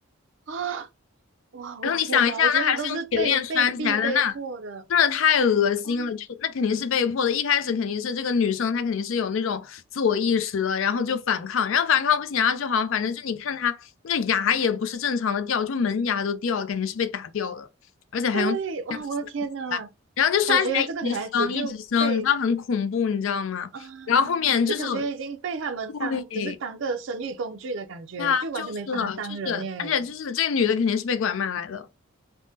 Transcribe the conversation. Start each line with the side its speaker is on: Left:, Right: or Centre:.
Right: 啊，哇，我天哪，
Left: 然后你想一下，
Right: 我觉得都是被被逼被迫的
Left: 那还是用铁链拴起来的，那真的太恶心了，
Right: 啊，
Left: 就那肯定是被迫的。一开始肯定是这个女生，她肯定是有那种自我意识的，然后就反抗，然后反抗不行啊，然后就好像反正就你看她那个牙也不是正常的掉，就门牙都掉了，感觉是被打掉的，而且还用这子拴起来，
Right: 对，哇，我的天哪，
Left: 然后就拴起来一直生一直生，
Right: 感觉这个女孩子就被
Left: 你知道很恐怖，你知道吗？
Right: 啊，
Left: 然后后面就是
Right: 就感觉已经被他们当只是当个生育工具的感觉，
Left: 对。对啊，
Right: 就完全没把她当人耶，
Left: 就是了，就是，而且就是这个女的肯定是被拐卖来的。